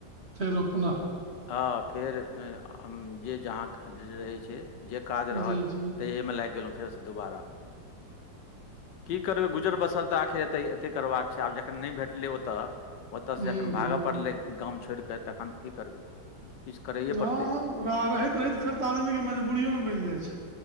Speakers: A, on the right; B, on the left.
A: फेर अपना
B: हां फेर ए आ जे जहाँ रहै छै। जे काज रहल
A: जी जी
B: तैये मे लाग गेलौ फेर से दुबारा। की करबै गुजर-बसर तऽ आखिर एतै, एतै करबाक छै आब जखन नै भेटलै ओता। ओता
A: हूँ
B: से जखन भागै
A: हूँ
B: पड़लै गाम छोड़ कऽ तखन तऽ की करबै। किछु करैए
A: हां
B: पड़तै
A: रा रहैत-रहैत फेर तऽ आदमी के मजबूरियो नै बैन जाय छै।